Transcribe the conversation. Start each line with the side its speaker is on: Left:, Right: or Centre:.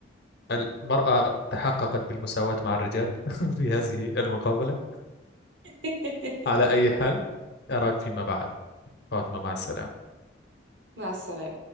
Left: المرأة تحققت بالمساواة مع الرجال <laughs> في هذه المقابلة
Right: <laughs>
Left: على أي حال أراك فيما بعد فاطمة مع السلامة
Right: مع السلامة